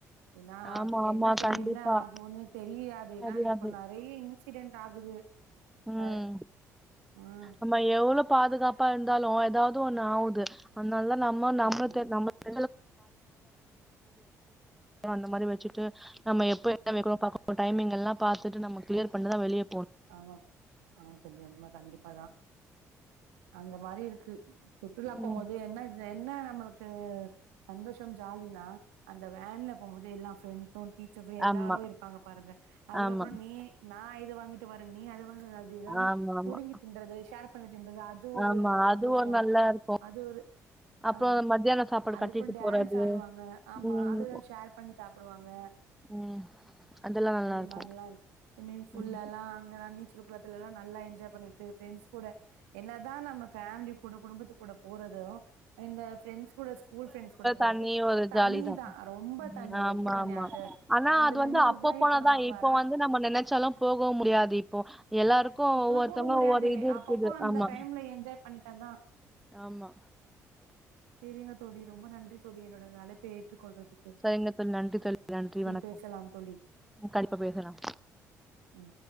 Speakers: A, on the right; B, in the centre.
A: ஏன்னா
B: ஆமா
A: என்ன
B: ஆமா
A: டைம்
B: கண்டிப்பா
A: என்ன ஆகுன்னு தெரியாது ஏன்னா
B: தெரியாது
A: இப்ப நறைய் இன்சிடென்ட் ஆகுது
B: ம்
A: த ம்
B: நம்ம எவ்வளோ பாதுகாப்பா இருந்தாலு எதாவது ஒண்ணு ஆவுது அன்னால நம்ப நம்பது
A: ஆமா ஆமா
B: நம்ப <inaudible> அந்த மாரி வச்சுட்டு நம்ப எப்ப எக்கோ மைக்ரோ பாக்குறோ டைமிங் எல்லா பாத்துட்டு நம்ப கிளியர் பண்ணதா வெளியே
A: ஆமா ஆமா தோழி உண்ம கண்டிப்பாதா அந்த மாரி இருக்கு சுற்றுலா போம்போது
B: ம்
A: என்ன இது என்ன நம்மளுக்கு சந்தோஷம் ஜாலினா அந்த வேன்ல போம்போது எல்லா ரெண்ட்ஸும் டீச்சஸ்சு எல்லாரு
B: ஆமா
A: இருப்பாங்க பாருங்க அதுக்கப்பறம்
B: ஆமா.
A: நீ நா இத வாங்கிட்டு வரே நீ அத <unintelligible> இது எல்லாாமே
B: ஆமா, ஆமா.
A: புடுங்கி தின்றது ஷேர் பண்ணி தின்றது அ அது ஒரு
B: ஆமா.
A: சந்தோஷோ
B: அதுவும் நல்லா இரு
A: அது ஒரு
B: அப்புறம்
A: ஆ
B: மத்தியான சாப்பாடு
A: அதுக்கப்பறோ
B: கட்டிட்டு
A: டேன்ஸ்
B: போறது.
A: ஆடுவாங்க ஆமா
B: ம்,
A: அதுதா ஷேர் பண்ணி சாப்டுவாங்க
B: ம். அதெல்லாம் நல்லாருக்கும்.
A: அந்த மாரில்லா இருக்கு மீன் ஃபுள்ளால்லா
B: ம்.
A: அங்க நா நீச்சல் குளத்தல்லா நல்லா என்ஜாய் பண்ணிட்டு ஃபிரண்ட்ஸ் கூட என்னதா நம்ம ஃபேமிலி கூட குடும்பத் துக் கூட போறது இந்த ஃப்ரெண்ட்ஸ் கூட ஸ்கூல் ஃப்ரெண்ட்ஸ் கூட போறது
B: தனி ஒரு
A: தனி
B: ஜாலி தான்.
A: தா ரொம்ப
B: ம்.
A: தனி
B: ஆமா,
A: ரொம்ப தனி
B: ஆமா.
A: அது
B: ஆனா
A: அந்த
B: அது
A: மெமரிஸ்லா
B: வந்து அப்ப போனா
A: இப்ப நமக்கு
B: தா இப்போ
A: வராது
B: வந்து நம்ம நெனச்சாலா போக முடியாது இப்போ எல்லாருக் கு
A: இப்பல்லா
B: ஒவ்வொருத்தவங்க
A: போக முடியாதே
B: ஒவ்வொரு இது இருக்குது
A: அப்பப்போ அந்த
B: ஆமா
A: டைம்ல என்ஜாய் பண்ணிட்டதா
B: ஆமா
A: செரிங்க தோழி ரொம்ப நன்றி தோழி என்னோட அழைப்ப ஏற்றுக்கொள்றதுக்
B: செரிங்க தோழி நன்றி தோழி நன்றி வணக்கம்
A: பேசலாம் தோழி
B: ம் கண்டிப்பா பேசலா
A: ம்